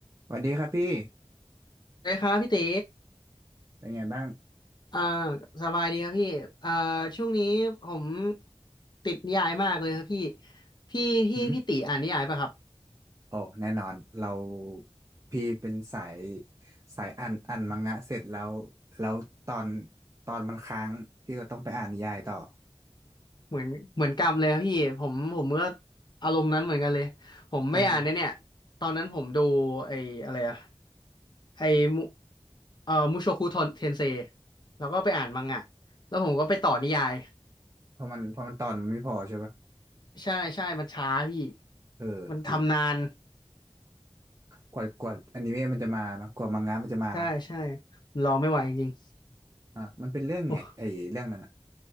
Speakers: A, on the right (about 30°); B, on the left (about 45°).
A: สวัสดีครับพี่
B: เลยครับพี่ตี
A: เป็นไงบ้าง
B: อ่าสบายดีครับพี่อ่าช่วงนี้ผมติดนิยายมากเลยครับพี่พี่พี่พี่ตีอ่านนิยายป่ะครับ
A: หืมโอ้แน่นอนเราพี่เป็นสายสายอ่านอ่านมังงะเสร็จแล้วแล้วตอนตอนมันค้างพี่ก็ต้องไปอ่านนิยายต่อ
B: เหมือนเหมือนกรรมเลยครับพี่ผมผมก็อารมณ์นั้นเหมือนกันเลยผมไม่อ่านเนี่ยเนี่ย
A: เออ
B: ตอนนั้นผมดูไอ้อะไรอะไอ้มุเอ่อมุโชคุเทนเซแล้วก็ไปอ่านมังงะแล้วผมก็ไปต่อนิยาย
A: เพราะมันเพราะมันตอนมันไม่พอใช่ปะ
B: ใช่ใช่มันช้าพี่
A: เออจริง
B: มันทำนาน
A: กว่ากว่าอนิเมะมันจะมาเนาะกว่ามังงะมันจะมา
B: ใช่ใช่รอไม่ไหวจริง
A: อ่ะมันเป็นเรื่องไงไอ้เรื่องนั้นอ่ะ
B: ๆ